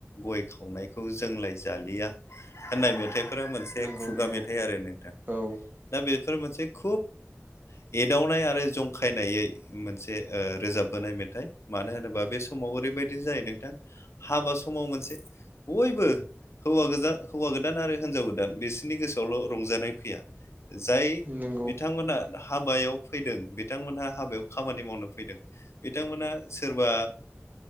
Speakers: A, on the left; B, on the right.
A: गय खावनायखौ जोंलाय जालि लिया होननाय मेथाइफोरा मोनसे
B: नंगौ
A: खुगा
B: नंगौ
A: मेथाइ आरो नोंथां
B: औ
A: दा बेफोर मोनसे खुब एदावनाय आरो जंखायनायै मोनसे रोजाबबोनाय मेथाइ मानो होनोबा बे समाव ओरैबायदि जाहै नोंथां हाबा समाव मोनसे बयबो हौव गोजान हौवा गोदान आरो हिनजाव गोदान बिसोरनि गोसोआवल' रंजानाय फैया जाय
B: नंगौ
A: बिथांमोनहा हाबायाव फैदों बिथांमोनहा हाबायाव खामानि मावनो फैदों बिथांमोना सोरबा